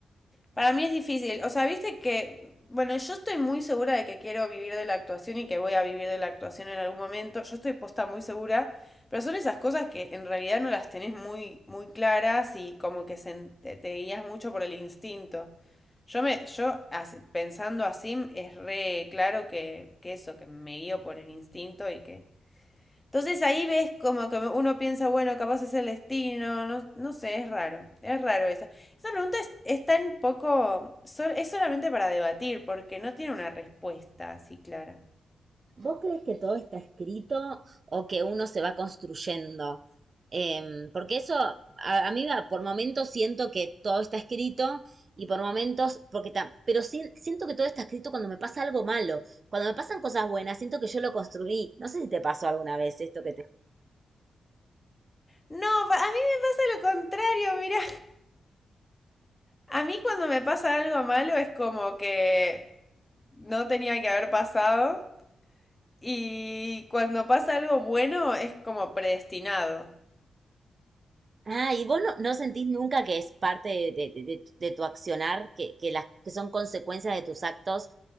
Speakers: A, on the left (about 20°); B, on the right (about 45°).
A: Para mí es difícil. O sea, viste que, bueno, yo estoy muy segura de que quiero vivir de la actuación y que voy a vivir de la actuación en algún momento. Yo estoy posta muy segura, pero son esas cosas que en realidad no las tenés muy, muy claras y como que se- te, te guías mucho por el instinto. Yo me, yo así- pensando así, es re claro que, que eso, que me guío por el instinto y que entonces ahí ves como que uno piensa, bueno, capaz es el destino, no, no sé, es raro, es raro esa. Esa pregunta es, es tan poco, es solamente para debatir, porque no tiene una respuesta así clara.
B: ¿Vos crees que todo está escrito o que uno se va construyendo? Em, porque eso, a, a mí va- por momentos siento que todo está escrito y por momentos, porque tam- pero sí- siento que todo está escrito cuando me pasa algo malo. Cuando me pasan cosas buenas, siento que yo lo construí. No sé si te pasó alguna vez esto que te...
A: No, a mí me pasa lo contrario, mira. A mí cuando me pasa algo malo es como que no tenía que haber pasado y cuando pasa algo bueno es como predestinado.
B: Ah, y vos no, no sentís nunca que es parte de, de- de- de tu de tu accionar, que, que las, que son consecuencias de tus actos.